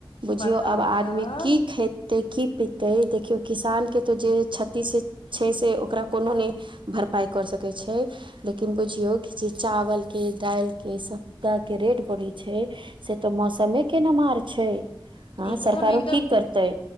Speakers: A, on the right; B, on the left.
A: बुझियो
B: बताउ
A: आब आदमी
B: तऽ
A: की खेतै तैय की पितैय देखियौ किसान के त जे क्षति से छैय से ओकरा कोनो नै भरपाइ करि सकैत छैय लेकिन बुझियौ कि जे चावल के दालिके सब टा के रेट बढ़ैय छैय से तऽ मौसमे के न मार छैय। हॅं
B: एकदम
A: सरकारो
B: एकदम
A: की करतै।